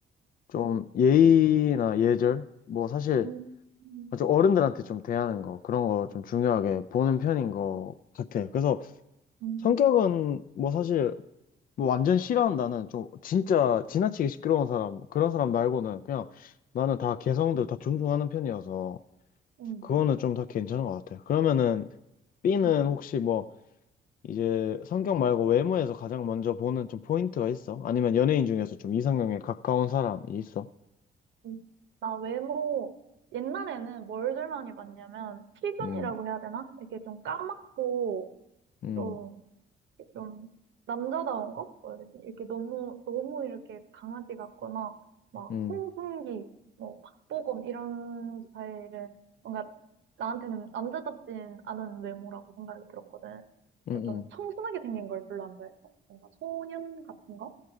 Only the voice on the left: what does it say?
좀 예의나 예절? 뭐 사실
좀 어른들한테 좀 대하는 거, 그런 거 좀 중요하게 보는 편인 것 같아. 그래서
성격은 뭐 사실 뭐 완전 싫어한다는 좀 진짜 지나치게 시끄러운 사람, 그런 사람 말고는 그냥 나는 다 개성들 다 존중하는 편이어서,
그거는 좀 다 괜찮은 것 같아요. 그러면은 B는
혹시 뭐 이제 성격 말고 외모에서 가장 먼저 보는 좀 포인트가 있어? 아니면 연예인 중에서 좀 이상형에 가까운 사람이 있어?
음,
음,
음,
음,
음,